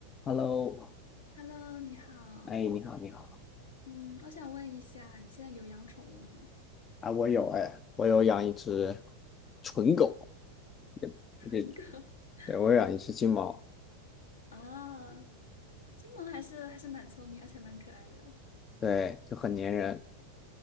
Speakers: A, on the left (about 25°); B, on the left (about 65°).
A: Hello，
B: Hello，你好。
A: 哎，你好，你好，
B: 嗯，我想问一下，你现在有养宠物吗？
A: 啊，我有哎，我有养一只纯狗，也也
B: <laughs>
A: 对，我有养一只金毛，
B: 有啊，金毛还是还是蛮聪明，而且蛮可爱的
A: 对，就很粘人。